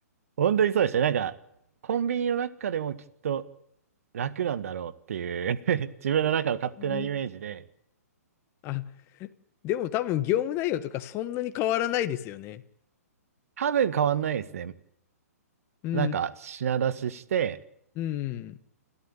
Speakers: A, on the right (about 60°); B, on the left (about 30°).
A: 本当にそうでしたね。なんか、コンビニの中でもきっと楽なんだろうっていう <laughs> 自分の中の勝手なイメージで、
B: うんあ、でも多分業務内容とかそんなに変わらないですよね。
A: 多分変わんないですね。
B: うん、
A: なんか、品出しして、
B: うん。